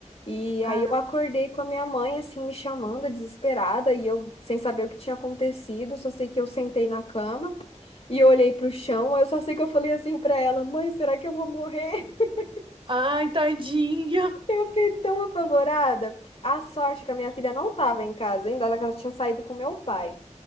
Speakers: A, on the left (about 55°); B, on the right (about 45°).
A: E aí
B: Caramba.
A: eu acordei com a minha mãe, assim, me chamando, desesperada, e eu sem saber o que tinha acontecido, só sei que eu sentei na cama e olhei pro chão, eu só sei que eu falei assim pra ela, mãe, será que eu vou morrer? <laughs>
B: Ai, tadinha.
A: Eu fiquei tão apavorada. A sorte é que a minha filha não tava em casa ainda, ela ela tinha saído com meu pai.